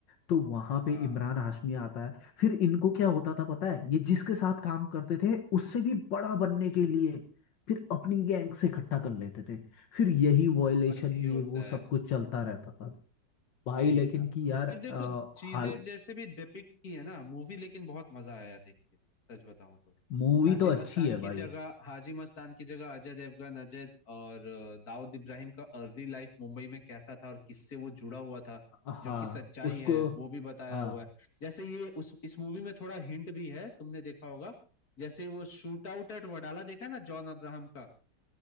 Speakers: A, on the left; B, on the left.
A: तो वहां पे
B: हाँ
A: इमरान हाशमी आता है फिर इनको क्या होता था पता है ये जिसके साथ काम करते थे उससे भी बड़ा बनने के लिए फिर अपनी गैंग से इकट्ठा कर लेते थे फिर यही वायलेशन
B: वही
A: ये
B: होता
A: वो सब
B: है
A: कुछ चलता रहता था भाई
B: यही
A: लेकिन
B: था
A: कि यार अ,
B: पर देखो चीजें
A: हाल
B: जैसे भी डिपिक्ट की है ना मूवी लेकिन बहुत मजा आया देख के सच बताऊं तो
A: मूवी
B: हाजी
A: तो अच्छी
B: मस्तान
A: है
B: की
A: भाई
B: जगह हाजी मस्तान की जगह अजय देवगन अजय और अ, दाऊद इब्राहिम का अर्ली लाइफ मुंबई में कैसा था और किससे वो जुड़ा हुआ था
A: हाँ
B: जो कि सच्चाई
A: उसको
B: है वो भी बताया
A: हाँ
B: हुआ है जैसे ये उस इस मूवी में थोड़ा हिंट भी है तुमने देखा होगा जैसे वो शूट आउट एट वडाला देखा है ना जॉन अब्राहम का